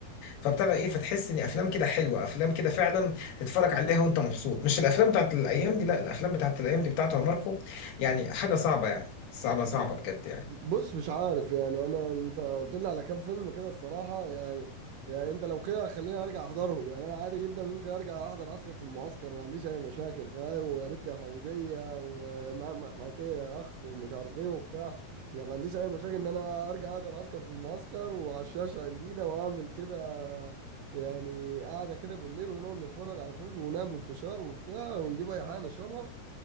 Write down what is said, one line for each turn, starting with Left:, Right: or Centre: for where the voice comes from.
Left: فابتدى ايه فتحس ان افلام كده حلوه افلام كده فعلا تتفرج عليها وانت مبسوط مش الافلام بتاعت الايام دي لا الافلام بتاعت الايام دي بتاعته يا ماركو يعني حاجه صعبه يعني صعبه صعبه بجد يعني
Right: بص مش عارف يعني انا انت قلت لي على كام فيلم كده الصراحه يعني يعني انت لو كده خليني ارجع احضرهم يعني انا عادي جدا ممكن ارجع احضر عسكر في المعسكر ما عنديش اي مشاكل فاهم ويا بنت يا فوزيه ومعاك محميتين يا اخ ومش عارف ايه وبتاع يعني ما عنديش اي مشاكل ان انا ارجع احضر عسكر في المعسكر وعلى الشاشه عندنا واعمل كده يعني قاعده كده بالليل ونقعد نتفرج على فيلم ونعمل فشار وبتاع ونجيب اي حاجه نشربها